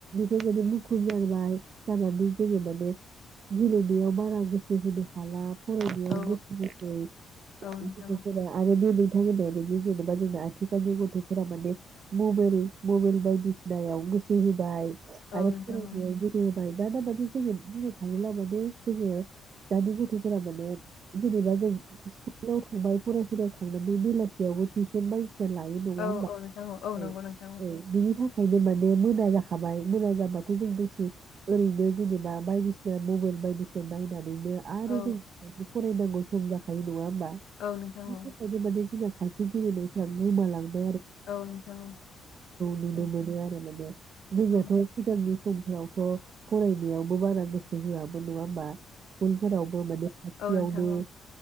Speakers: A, on the right; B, on the left.
A: बेबायदि मुखुब जाहैबाय जानानै जोङो माने गेलेनायाव बारा गोसो होनो हाला फरायनायाव
B: औ
A: गोसो होसै
B: औ नोंथां औ
A: <unintelligible> आरो बे खोथा होनाय बिदि जेनेबा जोंना आथिखालनि गथ'फोरा माने मबाइल मबाइेल बायदिसिनायाव गोसो होबाय आरो
B: औ नोंथां
A: <unintelligible> ओमफ्राय
B: औ
A: दा दा माने जोङो बुंनो थाङोब्ला माने जोङो। दानि गथ'फोरा माने जेनेबा जों स्कुलाव थांबाय फरायसालियाव थांनानै बेलासियावबो टिउसन बायदि लायो नङा
B: औ
A: होनबा
B: औ नोंथां
A: औ
B: नंगौ नोंथां
A: औ बिनि थाखाय ओंखायनो माने मोना जाखाबाय मोना जाबाथ' जों दसे ओरैनो जेनेबा बायदिसिना मबाइल बायदिसिना नायनानैनो आरो
B: औ
A: जों फरायनांगौ। सम जाखायो नङा।
B: औ नोंथां
A: बेफोर
B: औ
A: बायदि माने खायसे गेलेनायफ्रा गोमालां औ
B: औ नोंथां औ
A: नुनो
B: औ
A: मोनो आरो माने जोंनाथ'
B: औ
A: सिगांनि समफ्रावथ' फरायनायावबो बारा गोसो होआमोन नङा होमबा। स्कुल फोराव माने खाथियावनो
B: औ नोंथां औ